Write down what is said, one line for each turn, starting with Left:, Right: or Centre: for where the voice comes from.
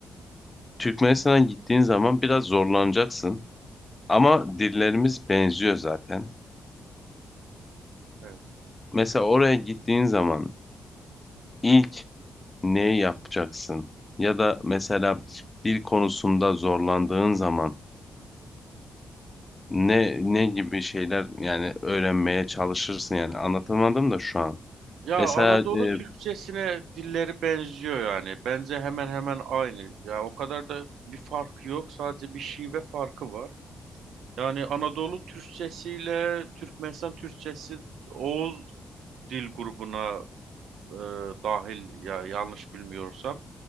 Left: Türkmenistan'a gittiğin zaman biraz zorlanacaksın. Ama dillerimiz benziyor zaten.
Right: evet.
Left: Mesela oraya gittiğin zaman ilk ne yapacaksın? Ya da mesela dil konusunda zorlandığın zaman ne ne gibi şeyler yani öğrenmeye çalışırsın yani anlatamadım da şu an.
Right: Ya
Left: Mesela
Right: Anadolu
Left: e,
Right: Türkçesine dilleri benziyor yani. Bence hemen hemen aynı. Ya o kadar da bir fark yok. Sadece bir şive farkı var. Yani Anadolu Türkçesiyle Türkmenistan Türkçesi Oğuz dil grubuna e, dahil ya yanlış bilmiyorsam.